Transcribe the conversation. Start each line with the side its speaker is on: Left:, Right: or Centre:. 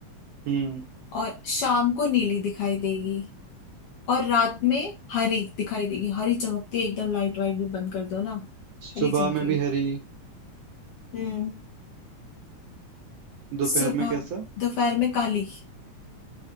Right: हम्म
Left: और शाम को नीली दिखाई देगी और रात में हरी दिखाई देगी हरी चमकती है एकदम लाइट वाइट भी बंद कर दो ना
Right: सुबह
Left: हरी चमकेगी
Right: में भी हरी
Left: हम्म
Right: दोपहर
Left: सुबह
Right: में कैसा
Left: दोपहर में काली